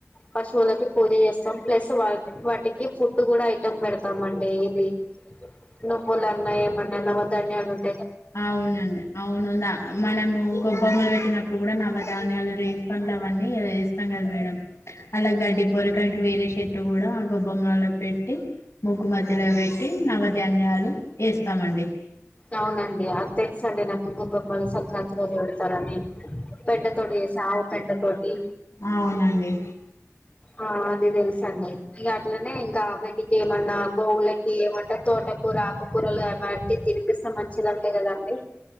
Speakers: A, on the left; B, on the left.
A: పశువులకి పూజ చేస్తాము ప్లస్ వా వాటికి ఫుడ్ కూడ ఐటమ్ పెడతుంది స్తామండి ఇది నువ్వు లని ఉన్నాయి ఏమన్న పోతాం <unintelligible>
B: అవునండి అవును ఉందా మనము గొబ్బొమ్మలు పెట్టినప్పుడు ఇప్పుడు కూడ నవ ధాన్యాలు రేగి పండ్లు అన్ని ఇలా చేస్తాం కదా మేడం అలా గడ్డి పూరకానికి వేరే చెట్టు కూడా గొబ్బమలో పెట్టి ముగ్గు మధ్యలో పెట్టి నవధాన్యాలు వేస్తామండి
A: అవునండి అది తెలుసండి నాకు గొబ్బెమ్మలు సంక్రాంతి రో పెడతారని పెండతోటి చేసి ఆవు పెండతోటి
B: అవునండి
A: ఆ అదే తెలుసండి ఇక అట్లనే ఇంకా బయటికి మన్న గోవులకి ఏమంటారు తోటకూర ఆకుకూరలు అలాంటివి తినిపిస్తే మంచిదింటాయి కదండి